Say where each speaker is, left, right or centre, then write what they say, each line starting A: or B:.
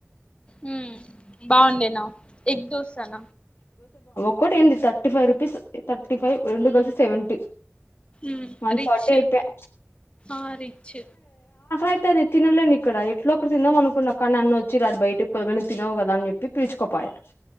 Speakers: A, on the left; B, on the left.
A: మ్మ్ బాగుండే నా ఎగ్ దోసెన
B: ఒకటి ఏంది thirty five rupees thirty five రెండు కలిసి సెవెంటీ
A: ఉమ్
B: వన్
A: రిచ్
B: ఫార్టీ అయిపాయ్
A: ఆ రిచ్
B: అతే అది తినలేని ఇక్కడ ఎట్ల ఒకటి తిందామనుకున్నా కానీ న అన్న వచ్చి రాడి బయటకి పోని తినవు కదా అని చెప్పి పిల్చుకోపోయా